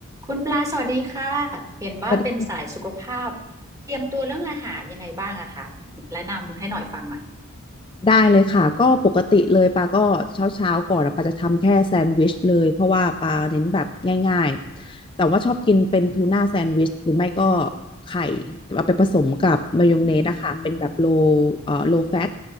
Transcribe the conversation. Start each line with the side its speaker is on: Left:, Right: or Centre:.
Right: คุณปลาสวัสดีค่ะ เห็นว่าเป็นสายสุขภาพ
Left: สวัสดีค่ะ
Right: เตรียมตัวเรื่องอาหารยังไงบ้างอะคะแนะนำให้หน่อยฟังหน่อย
Left: ได้เลยค่ะก็ปกติเลยปาก็เช้าเช้าก่อนอะปาจะทำแค่แซนด์วิชเลยเพราะว่าปาเน้นแบบง่ายๆแต่ว่าชอบกินเป็นทูน่าแซนด์วิชหรือไม่ก็ไข่เอาไปผสมกับมายองเนสอะค่ะเป็นแบบโล
Right: อืม
Left: เอ่อโลแฟต